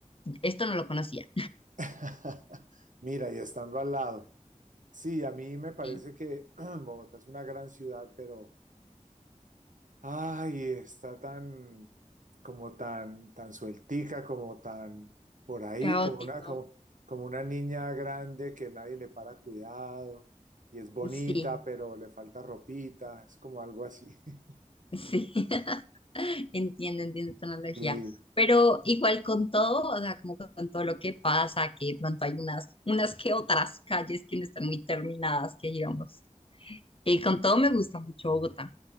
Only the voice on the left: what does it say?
esto no lo conocía.
Sí,
caótico,
sí.
Sí, <laughs> entiendo, entiendo tu analogía.
Pero igual con todo, o sea, como con todo lo que pasa, que de pronto hay unas, unas que otras calles que no están muy terminadas, que digamos. Y con todo me gusta mucho Bogotá,